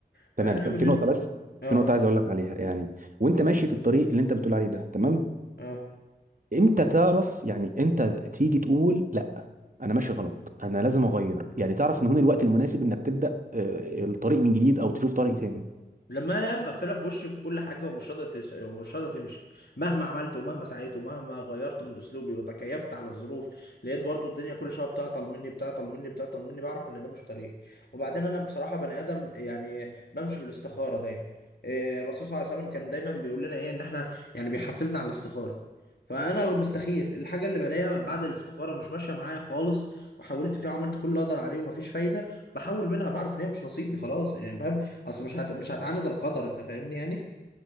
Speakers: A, on the left (about 70°); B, on the right (about 50°).
A: فانا
B: تمام طب
A: من
B: في نقطه بس
A: اه
B: في نقطه عايز اقول لك عليها يعني وانت ماشي في الطريق اللي انت بتقول عليه ده تمام
A: اه
B: امتى تعرف يعني انت تيجي تقول لا انا ماشي غلط انا لازم اغير يعني تعرف ان هنا الوقت المناسب انك تبدا آه، الطريق من جديد او تشوف طريق تاني
A: لما انا مقفله في وشي في كل حاجه ومش راضيه تش... ومش راضيه تمشي مهما عملت ومهما سعيت ومهما غيرت من اسلوبي وتكيفت على الظروف لقيت برضو الدنيا كل شويه بتعطل مني بتعطل مني بتعطل مني بعرف ان ده مش طريقي وبعدين انا بصراحه بني ادم يعني بمشي بالاستخاره دايما إيه، الرسول صلى الله عليه وسلم كان دايما بيقول لنا ايه ان احنا يعني بيحفزنا على الاستخاره فانا بستخير الحاجه اللي بلاقيها بعد الاستخاره مش ماشيه معايا خالص وحاولت فيها وعملت كل اللي اقدر عليه ومفيش فايده بحاول منها بعرف ان هي مش نصيبي خلاص يعني فاهم اصل مش هت... مش هتعاند القدر انت فاهمني يعني